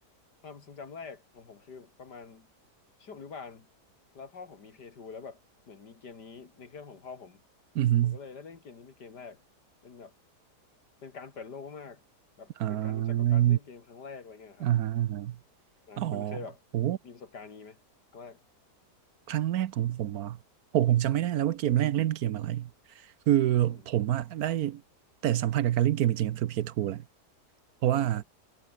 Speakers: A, on the left (about 80°); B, on the right (about 65°).
A: ความทรงจำแรกของผมคือประมาณช่วงอนุบาลแล้วพ่อผมมีเพย์ทูแล้วแบบเหมือนมีเกมนี้ในเครื่องของพ่อผม
B: อือฮึ
A: ผมก็เลยได้เล่นเกมนี้เป็นเกมแรก เป็นแบบเป็นการเปิดโลกมาก แบบเป็นการรู้จักกับการเล่นเกมครั้งแรกอะไรเงี้ยครับ
B: อ่าอ่าฮะ
A: อ่าคุณเคยแบบ
B: อ๋อโอ้
A: มีประสบการณ์นี้ไหมครั้งแรก
B: ครั้งแรกของผมเหรอ่ะโอ้ผมจำไม่ได้แล้วว่าเกมแรกเล่นเกมอะไร คือ
A: อืม
B: ผมอะได้แต่สัมผัสกับการเล่นเกมจริงๆก็คือ p ทูแหละเพราะว่า
A: อ่าครับ